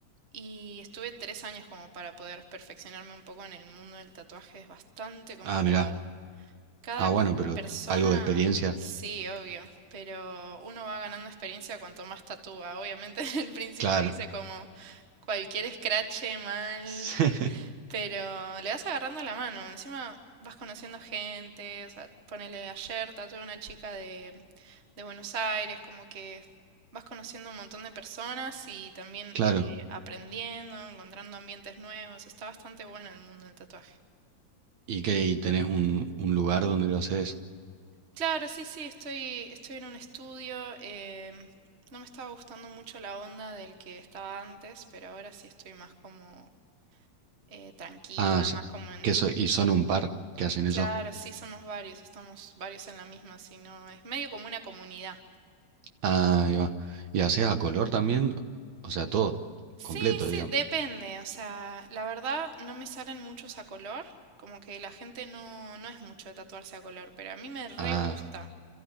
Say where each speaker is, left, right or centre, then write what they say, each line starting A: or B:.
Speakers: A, on the right; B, on the right.
A: Y estuve tres años como para poder perfeccionarme un poco en el mundo del tatuaje. Es bastante complicado.
B: Ah, mirá.
A: Cada
B: Ah, bueno, pero
A: persona,
B: algo de experiencia.
A: sí, obvio, pero uno va ganando experiencia cuanto más tatúa. Obviamente, <laughs> en el principio
B: Claro.
A: dice como cualquier escrache mal,
B: <laughs> Sí,
A: pero le vas agarrando la mano, encima vas conociendo gente, o sea, ponele ayer tatué a una chica de, de Buenos Aires, como que vas conociendo un montón de personas y también
B: Claro.
A: eh, aprendiendo, encontrando ambientes nuevos, está bastante bueno el mundo del tatuaje.
B: ¿Y qué? ¿Y tenés un, un lugar donde lo haces?
A: Claro, sí, sí, estoy, estoy en un estudio, eh, no me estaba gustando mucho la onda del que estaba antes, pero ahora sí estoy más como eh, tranquila,
B: Ah, s-
A: más como en,
B: que so- y son un par que hacen
A: Claro,
B: eso.
A: sí, somos varios, estamos varios en la misma, si no, es medio como una comunidad.
B: Ah, ahí va. ¿Y haces a color también? O sea, todo, completo,
A: Sí, sí,
B: digamos.
A: depende, o sea, la verdad no me salen muchos a color, como que la gente no, no es mucho de tatuarse a color, pero a mí me re
B: Ah,
A: gusta.